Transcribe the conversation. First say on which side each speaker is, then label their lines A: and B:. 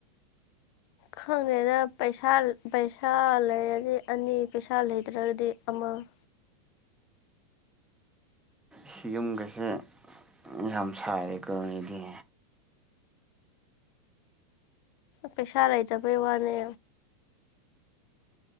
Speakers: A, on the left; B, in the centre.
A: ꯈꯪꯉꯦꯅ ꯄꯩꯁꯥ ꯄꯩꯁꯥ ꯂꯩꯔꯗꯤ ꯑꯅꯤ ꯄꯩꯁꯥ ꯂꯩꯇ꯭ꯔꯒꯗꯤ ꯑꯃ <inaudible>
B: ꯁꯤꯒꯨꯝꯒꯁꯦ ꯌꯥꯝ ꯁꯥꯔꯦꯀꯣꯗꯤ
A: ꯄꯩꯁꯥ ꯂꯩꯇꯕꯩ ꯋꯥꯅꯦ